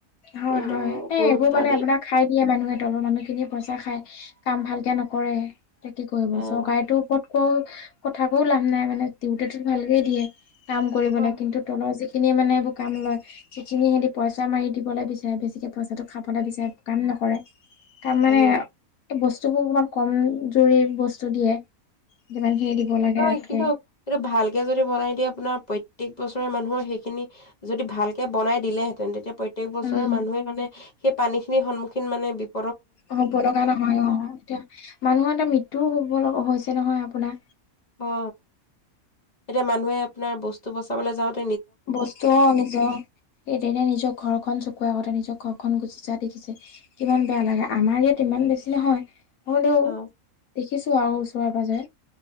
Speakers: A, on the left; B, on the left.
A: হয়,
B: কিন্তু
A: হয়, এ
B: গুৰুত্ব
A: এইবোৰ মানে
B: দি
A: আপোনাক খাই দিয়ে মানুহে তলৰ মানুহখিনিয়ে পইচা খায় কাম ভালকে নকৰে এ কি কৰিব
B: আহ
A: চৰকাৰেতো ওপৰত ক কথাকৈও লাভ নাই মানে দিওঁতেটো ভালকেই দিয়ে কাম কৰিব
B: হয়
A: লাগে কিন্তু তলৰ যি সিখিনি মানে এইবোৰ কাম লয়, সিখিনি সিহতি পইচা মাৰি দিব হ'বলৈ বিচাৰে বেছিকে পইচাটো খাবলৈ বিচাৰে, কাম নকৰে। তাৰমানে
B: কাম ন
A: বস্তুবোৰ অকনমান কম জুৰি বস্তু দিয়ে। যিমান খিনি দিব লাগে
B: অঁ,
A: তাতকে
B: কিন্তু এইটো ভালকে যদি বনাই দিয়ে আপোনাৰ প্ৰত্যক বস্তু মানুহৰ সেইখিনি যদি ভালকে বনাই দিলেহেঁতেন, তেতিয়া প্ৰত্যেক বছৰে
A: উম
B: মানুহে মানে সেই পানীখিনিৰ সন্মুখীন মানে বিপ্‌
A: হ'ব লাগা নহয় অ', এতিয়া মানুহৰ এতিয়া মৃত্যুও হ'ব লগা হৈছে <unintelligible> নহয় আপোনাৰ
B: অ'। এতিয়া মানুহে আপোনাৰ বস্তু বস ক'ৰবালৈ যাওঁত
A: বস্তু অঁ নিজৰ, কেতিয়াকে নিজৰ ঘৰখন চকুৰ আগতে নিজৰ ঘৰ খন গুচি যোৱা দেখিছে, কিমান বেয়া লাগে আমাৰ ইয়াত ইমান বেছি নহয়। হ'লেও
B: অ
A: দে খিছোঁ আও ওচৰে-পাঁজৰে।